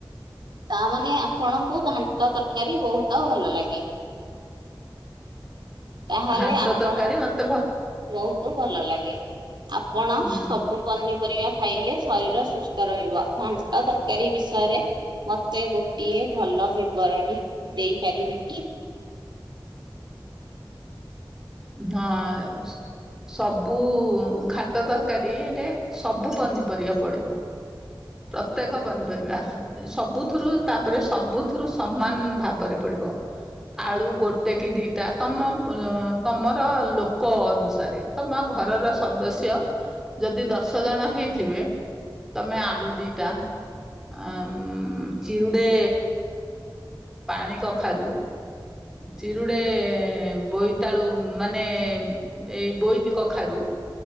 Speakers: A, on the right; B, in the centre.
A: ତା ମାନେ ଆପଣଙ୍କୁ ଘାଣ୍ଟ ତରକାରୀ ବହୁତ ଭଲ ଲାଗେ। ତାହେଲେ
B: ଘାଣ୍ଟ
A: ଆପଣ
B: ତରକାରୀ ମତେ ଭ
A: ବହୁତ ଭଲ ଲାଗେ ଆପଣ
B: ହୁଁ
A: ସବୁ ପନିପରିବା ଖାଇଲେ ଶରୀର ସୁସ୍ଥ ରହିବ, ଘାଣ୍ଟ ତରକାରୀ ବିଷୟରେ ମୋତେ ଗୋଟିଏ ଭଲ ବିବରଣୀ ଦେଇପାରିବେ କି?
B: ହଁ ଓସ୍ ସବୁ ଘାଟ ତରକାରୀ ରେ ସବୁ ପନିପରିବା ପଡିବ। ପ୍ରତ୍ୟେକ ପନିପରିବା। ସବୁଥୁରୁ ତାପରେ ସବୁଥୁରୁ ସମାନ ଭାବରେ ପଡିବ। ଆଳୁ ଗୋଟେ କି ଦିଇଟା ତମ ତମର ଲୋକ ଅନୁସାରେ। ତମ ଘରର ସଦସ୍ୟ ଯଦି ଦଶ ଜଣ ହେଇଥିବେ ତମେ ଆଳୁ ଦିଟା ଉମ ଚିଉଡେ ପାଣି କଖାରୁ ଚିରୁଡେ ବୋଇତାଳୁ ମାନେ ଏଇ ବୋଇତି କଖାରୁ।